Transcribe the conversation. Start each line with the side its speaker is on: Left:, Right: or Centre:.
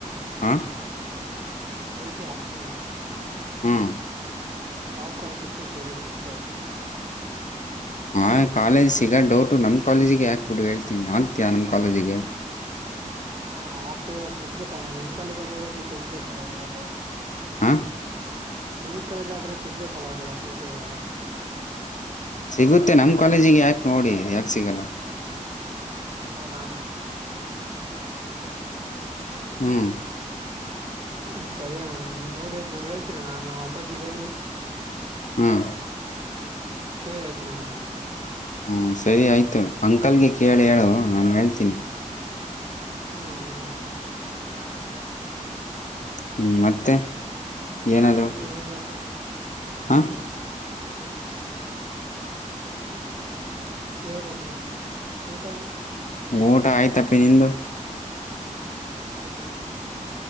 Left: ಹಾ
Right: ಸಿಇಟಿ ಹಾಕತ್ತಿನಿ ಅಣ್ಣಾ
Left: ಹ್ಞೂ
Right: ಯಾವ ಕಾಲೇಜ್ ಸಿಗ್ತ ಸಿಗ್ಲಿ ಫಸ್ಟು
Left: ಹಾಂ ಕಾಲೇಜ ಸಿಗೊದ ಡೌಟು ನಮ್ಮ ಕಾಲೇಜಿಗೆ ಹಾಕ್ಬಿಡು ಹೇಳ್ತೀನಿ ಹಾಕತಿಯ ನಮ್ಮ ಕಾಲೇಜಿಗೆ.
Right: ಹಾ ಹಾಕಿದ ಸಿಗ್ ಬೇಕಲ್ಲಾ ನಿಮ್ ಕಾಲೇಜ್ ಆದಾಗಲಿ ಸಿಗ್ ಬೇಕಿಲ್ಲ ಅದ್ರೊಳಗೆ
Left: ಹಾ
Right: ನಿಮ್ ಕಾಲೇಜ್ ಆದ್ರೂ ಸಿಗ್ಬೇಕಲ್ಲ ಅದ್ರೊಳಗೆ ಸಿಇಟಿ ಒಳಗೆ
Left: ಸಿಗುತ್ತೆ ನಮ್ ಕಾಲೇಜಿಗೆ ಹಾಕಿ ನೋಡಿ ಯಾಕೆ ಸಿಗಲ್ಲಾ
Right: ಹೌದಾ
Left: ಹುಂ
Right: ಹುಂ ಸರಿ ಅಣ್ಣಾ ನೋಡಿ ನಾನು ಹೇಳ್ತೀನ ಅಣ್ಣಾ ನಮ್ಮ ಅಪ್ಪಾಜಿಗೆ ಹೇಳಿ
Left: ಹುಂ
Right: ಹುಂ ಕೇಳಿ ಹೇಳ್ತೀನಿ ಅಣ್ಣಾನಿಗೆ
Left: ಹುಂ ಸರಿ ಆಯಿತು ಅಂಕಲ್ ಗೆ ಕೇಳಿ ಹೇಳು ನಾನು ಹೇಳ್ತೀನಿ.
Right: ಹ ಅಣ್ಣ ಆಣಾ
Left: ಹು ಮತ್ತೆ ಏನಾದರೂ
Right: ಹೇಳಬೇಕ್ರಿ ಹಾ
Left: ಹಾಂ
Right: ಅಣ್ಣಾ ಹೇಳ್ಬೇಕಣ್ಣಾ ಊಟಾ ಅಣ್ಣಾ
Left: ಊಟಾ ಆಯ್ತಪ್ಪಿ ನಿಂದು
Right: ಆಯ್ತಣ್ಣ